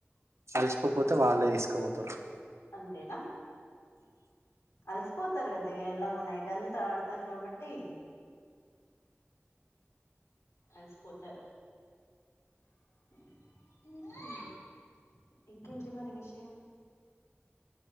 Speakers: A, on the right; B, on the left.
A: అలసిపోపోతే వాళ్ళే దిస్క్ కోవొతార్
B: అంతేనా కలిసిపోతారు గదా ఎలాగో నైట్ అంతా ఆడతారు గవట్టి
A: అ
B: అల్సపోతారు. హీ ఇంకేంటి మరీ విషయాలు